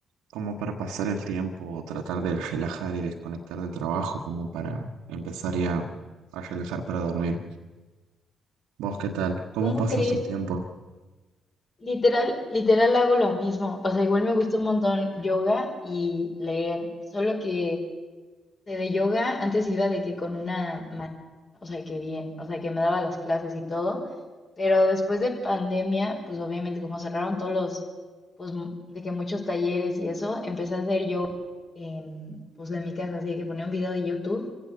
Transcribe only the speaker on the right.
como para pasar el tiempo o tratar de relajar y desconectar del trabajo, como para empezar ya a relajar para dormir. ¿Vos qué tal? ¿Cómo
pasas
tu tiempo?